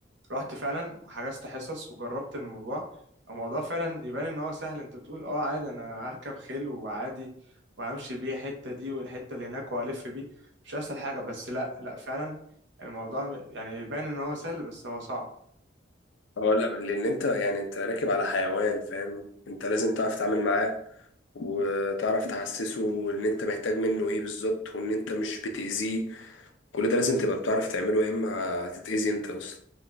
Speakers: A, on the right; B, on the left.
A: رحت فعلا وحجزت حصص وجربت الموضوع الموضوع فعلا يبان ان هو سهل انت بتقول اه عادي انا هركب خيل وعادي وهمشي بيه الحتة دي والحتة اللي هناك وهلف بيه مش اسهل حاجة بس لا لا فعلا الموضوع م- يعني يبان ان هو سهل بس هو صعب
B: اه لا لأن أنت يعني أنت راكب على حيوان فاهم أنت لازم تعرف تتعامل معاه وتعرف تحسسه ان انت محتاج منه ايه بالظبط وان انت مش بتأذيه كل ده لازم تبقى بتعرف تعمله يا اما هتتأذي انت اصلا